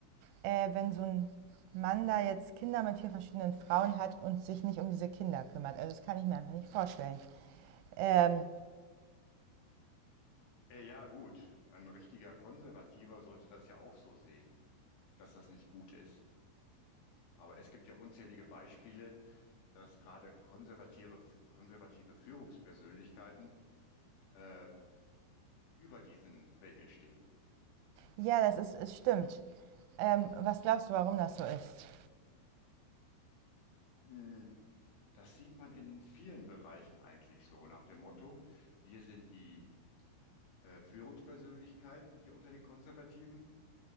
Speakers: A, on the right (about 80°); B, on the left (about 85°).
A: äh, wenn so ein Mann da jetzt Kinder mit vier verschiedenen Frauen hat und sich nicht um diese Kinder kümmert. Also das kann ich mir einfach nicht vorstellen. Ähm,
B: Äh, ja, gut. Ein richtiger Konservativer sollte das ja auch so sehen. dass das nicht gut ist. Aber es gibt ja unzählige Beispiele, dass gerade konservative, konservative Führungspersönlichkeiten äh, über diesen Regeln stehen.
A: ja, das ist, es stimmt. Ähm, was glaubst du, warum das so ist?
B: Mm, Das sieht man in vielen Bereichen eigentlich so, nach dem Motto, wir sind die äh, Führungspersönlichkeiten hier unter den Konservativen.